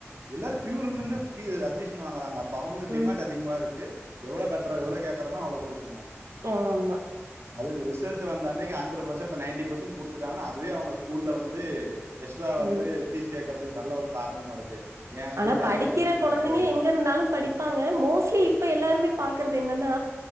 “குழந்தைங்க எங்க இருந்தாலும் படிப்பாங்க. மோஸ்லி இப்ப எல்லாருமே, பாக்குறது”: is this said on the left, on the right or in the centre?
Right